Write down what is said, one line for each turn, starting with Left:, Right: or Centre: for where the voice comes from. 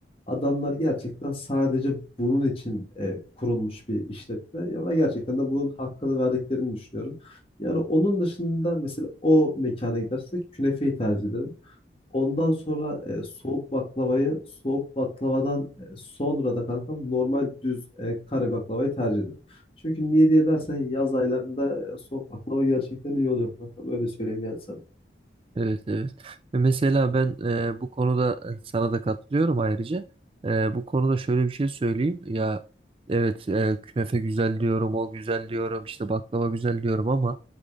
Left: adamlar gerçekten sadece bunun için e, kurulmuş bir işletme. Ya ben gerçekten de bunun hakkını verdiklerini düşünüyorum. Yani onun dışında mesela o mekana gidersek künefeyi tercih ederim. Ondan sonra e, soğuk baklavayı, soğuk baklavadan e, sonra da kankam normal düz e, kare baklavayı tercih ederim. Çünkü niye diye dersen yaz aylarında e, soğuk baklava gerçekten iyi oluyor kankam. Öyle söyleyeyim yani sana.
Right: Evet evet. Ve Mesela ben e, bu konuda e, sana da katılıyorum ayrıca. E, bu konuda şöyle bir şey söyleyeyim. Ya evet e, künefe güzel diyorum, o güzel diyorum, işte baklava güzel diyorum ama